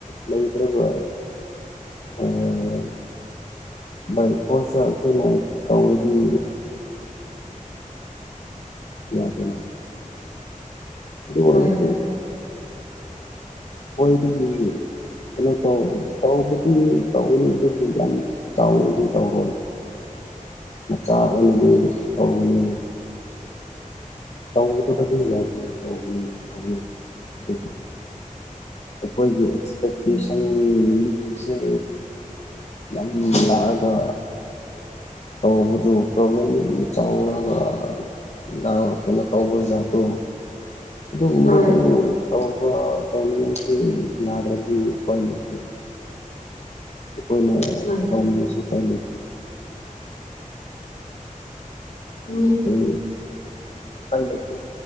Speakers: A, on the left; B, on the left.
A: ꯂꯩꯇ꯭ꯔꯥꯒ ꯑꯥ ꯕꯥꯏ ꯐꯣꯔꯁꯇꯥ ꯑꯈꯣꯏꯅ ꯇꯧꯔꯗꯤ ꯌꯥꯗꯦꯅꯦ ꯑꯗꯨ ꯑꯣꯏꯔꯁꯨ
B: ꯎꯝ
A: ꯈ꯭ꯋꯥꯏꯗꯥꯒꯤ ꯀꯩꯅꯣ ꯇꯧ ꯇꯧꯕꯗꯤ ꯇꯧꯒꯥꯅꯤ ꯑꯗꯨꯕꯨ ꯌꯥꯝ ꯆꯥꯎꯅꯗꯤ ꯇꯧꯔꯣꯏ ꯃꯆꯥ ꯑꯣꯏꯅꯗꯤ ꯇꯧꯒꯥꯅꯤ ꯇꯧꯗꯕꯗꯤ ꯌꯥꯗꯦ ꯇꯧꯒꯥꯅꯤ ꯈꯪꯉꯦ ꯑꯗꯨꯕꯨ ꯑꯩꯈꯣꯏꯒꯤ ꯑꯦꯛꯁꯄꯦꯛꯇꯦꯁꯟ
B: ꯎꯝ
A: ꯃꯨꯡ ꯃꯤꯖꯦ ꯌꯥꯝ ꯂꯥꯔꯑꯒꯥ ꯇꯧꯕꯗꯨ ꯄ꯭ꯔꯣꯕ꯭ꯂꯦꯝ ꯌꯥꯝꯅ ꯆꯥꯎꯔꯒꯥ ꯗꯥꯎ ꯀꯩꯅꯣ ꯇꯧꯕ ꯖꯥꯠꯇꯣ ꯑꯗꯨꯒꯨꯝꯕꯗꯨ
B: ꯎꯝ
A: ꯇꯧꯕ ꯇꯧꯔꯤꯉꯩꯁꯤ ꯌꯥꯗ꯭ꯔꯥꯗꯤ ꯎꯄꯥꯏ ꯂꯩꯇꯦ ꯑꯩꯈꯣꯏꯅ
B: ꯎꯝ
A: ꯇꯧꯅꯤꯡꯉꯁꯨ ꯎꯄꯥꯏ ꯂꯩꯇꯦ
B: ꯎꯝ
A: ꯃꯤ ꯄꯥꯏ ꯂꯩꯇꯦ